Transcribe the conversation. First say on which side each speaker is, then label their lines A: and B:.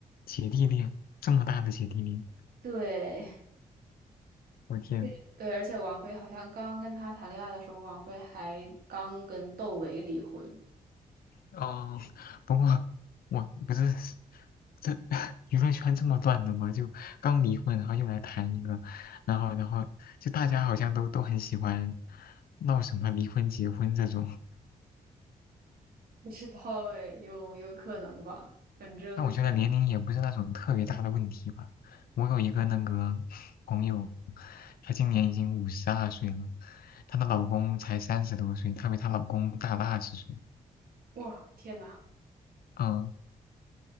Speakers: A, on the left; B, on the right.
A: 姐弟恋，这么大的姐弟恋，
B: 对
A: 我天！
B: <laughs> 对，而且王菲好像刚跟他谈恋爱的时候，王菲还刚跟窦唯离婚。
A: 哦，不过我不是这 <laughs> 娱乐圈这么乱的吗？就刚离婚，然后又来谈一个，然后然后就大家好像都都很喜欢闹什么离婚、结婚这种。
B: 不知道哎，有有可能吧，反正就是
A: 但我觉得年龄也不是那种特别大的问题吧。我有一个那个朋友，她今年已经五十二岁了，她的老公才三十多岁，她比她老公大了二十岁。
B: 哇，天呐，
A: 嗯，